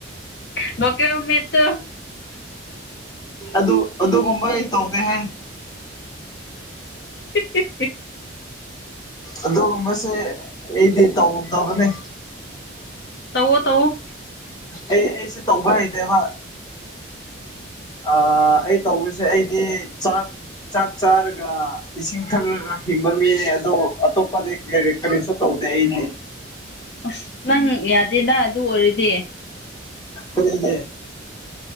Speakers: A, on the left; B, on the left.
A: ꯂꯣꯀꯦꯜ ꯃꯦꯠꯇꯨ
B: ꯑꯗꯨ ꯑꯗꯨꯒꯨꯝꯕ ꯑꯩ ꯇꯧꯗꯦ ꯍꯦ
A: <inaudible>
B: ꯑꯗꯨꯒꯨꯝꯕꯁꯦ ꯑꯩꯗꯤ ꯇꯧꯗꯕꯅꯦ
A: ꯇꯧꯋꯣ ꯇꯧꯋꫭ
B: ꯑꯩ ꯑꯩꯁꯦ ꯇꯧꯕ ꯍꯩꯇꯦꯕ ꯑꯥ ꯑꯩ ꯇꯧꯔꯤꯁꯦ ꯑꯩꯗꯤ ꯆꯥꯛ ꯆꯥꯛ ꯆꯥꯔꯒ ꯏꯁꯤꯡ ꯊꯛꯂꯒ ꯍꯤꯡꯕ ꯃꯤꯅꯦ ꯑꯗꯣ ꯑꯇꯣꯞꯄꯗꯤ ꯀꯔꯤ ꯀꯔꯤꯁꯨ ꯇꯧ ꯗꯩꯅꯦ
A: ꯑꯁ ꯅꯪ ꯌꯥꯗꯦꯗ ꯑꯗꯨ ꯑꯣꯏꯔꯗꯤ
B: ꯑꯇꯩꯗꯤ